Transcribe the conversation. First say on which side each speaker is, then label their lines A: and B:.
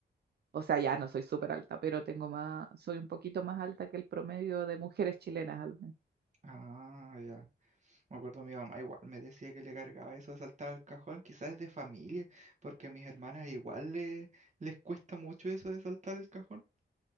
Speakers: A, on the right; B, on the right.
A: O sea, ya no soy súper alta, pero tengo más, soy un poquito más alta que el promedio de mujeres chilenas al menos.
B: Ah, ya. Me acuerdo mi mamá igual me decía que le cargaba eso de saltar al cajón, quizás es de familia, porque a mis hermanas igual le- les cuesta mucho eso de saltar el cajón.